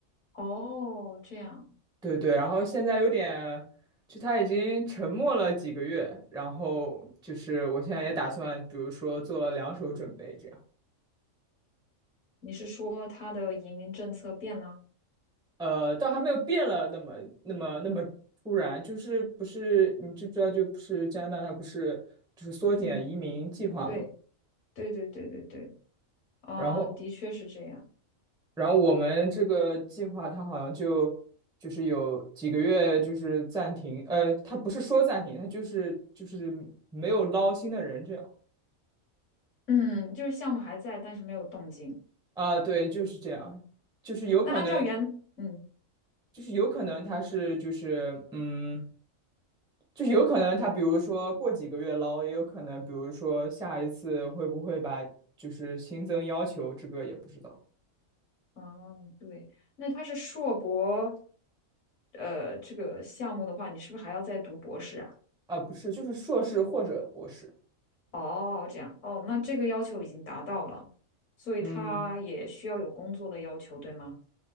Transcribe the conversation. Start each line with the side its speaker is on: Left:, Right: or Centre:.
Left: 哦，这样，
Centre: 对对，然后现在有点，就他已经沉默了几个月，然后就是我现在也打算，比如说做两手准备这样，
Left: 你是说他的移民政策变了？
Centre: 呃，倒还没有变了那么那么那么突然，就是不是你知不知道，就不是加拿大它不是就是缩减移民计划嘛？
Left: 嗯，对对对对对对，哦，
Centre: 然后
Left: 的确是这样。
Centre: 然后我们这个计划，它好像就就是有几个月就是暂停，呃，它不是说暂停，它就是就是没有捞新的人这样
Left: 嗯，就是项目还在，但是没有动静。
Centre: 啊，对，就是这样，就是有可能，
Left: 那按照原，嗯，
Centre: 就是有可能他是就是嗯，就是有可能他比如说过几个月捞，也有可能比如说下一次会不会把就是新增要求，这个也不知道
Left: 哦，对，那他是硕博，呃，这个项目的话，你是不是还要再读博士啊？
Centre: 啊，不是，就是硕士或者博士，
Left: 哦，这样，哦，那这个要求已经达到了，所以他也需要有工作的要求，
Centre: 嗯。
Left: 对吗？